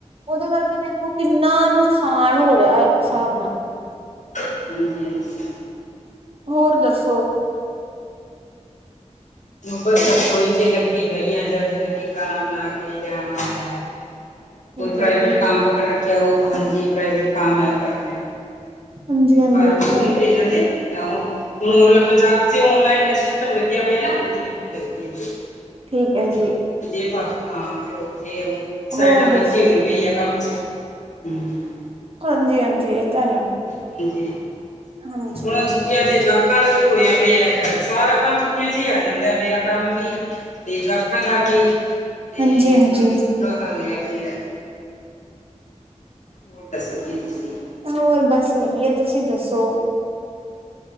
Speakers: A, on the right; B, on the left.
A: ਉਹਦੇ ਕਰਕੇ ਦੇਖੋ ਕਿੰਨਾ ਨੁਕਸਾਨ ਹੋ ਰਿਹਾ ਇੱਕ ਸਾਬ ਨਾਲ
B: ਹਾਂਜੀਹਾਂਜੀ,
A: ਹੋਰ ਦੱਸੋ?
B: ਬਸ ਰਸੋਈ ਚ ਲੱਗੀ ਪਈ ਆ ਜਲਦੀ ਜਲਦੀ ਖਾਣਾ ਬਣਾ ਕੇ ਜਾਣਾ ਹੈ।
A: ਠੀਕ
B: ਕੋਈ ਪ੍ਰਾਈਵੇਟ
A: ਹੈ ਜੀ
B: ਕੰਮ ਪਕੜ ਰੱਖਿਆ ਉਹ ਹਾਂਜੀ ਪ੍ਰਾਈਵੇਟ ਕੰਮ ਆ ਉਹ ਕਰਨਾ।
A: ਹਾਂਜੀ
B: <unintelligible>
A: ਹਾਂਜੀ
B: ਭਰੇ
A: ਇਹ ਤਾਂ ਹੈ
B: ਜਾਂਦੇ। ਆਹ ਹੁਣ ਪੰਜਾਬ ਚ ਆਨਲਾਈਨ ਦਾ ਸਿਸਟਮ ਲੱਗਿਆ ਪਿਆ ਨਾ ਓਥੇ ਡਿਊਟੀ ਲੱਗਦੀ ਆ ਮੇਰੀ।
A: ਠੀਕ। ਹੈ ਜੀ
B: <unintelligible> ਹਾਂ, ਫਿਰ ਉਥੇ ਸਾਈਡਾਂ
A: ਹੋਰ
B: ਬਿਜੀ
A: ਦੱਸੋ
B: ਰਹਿੰਦੀ ਆ ਕੰਮ ਹੂੰ,
A: ਹਾਂਜੀ-ਹਾਂਜੀ, ਇਹ ਤਾਂ ਹੈ।
B: ਹਾਂਜੀ
A: ਹਾਂਜੀ
B: ਹੁਣ ਛੁੱਟੀਆਂ ਚ ਜਵਾਕਾ <unintelligible> ਵੀ ਹੋਇਆ ਪਿਆ ਸਾਰਾ ਕੰਮ ਛੁੱਟੀਆਂ ਚ ਹੀ ਆ ਜਾਂਦਾ ਮੇਰਾ ਕੰਮ ਵੀ ਤੇ ਜਵਾਕਾ ਦਾ ਵੀ। ਤੇ
A: ਹਾਂਜੀ-ਹਾਂਜੀ,
B: ਬਸ ਬੁਰਾ ਹਾਲ ਹੋਇਆ ਪਿਆ। ਹੋਰ ਦੱਸੋ ਜੀ ਤੁਸੀਂ
A: ਹੋਰ ਬਸ ਵਧੀਆ ਤੁਸੀਂ ਦੱਸੋ?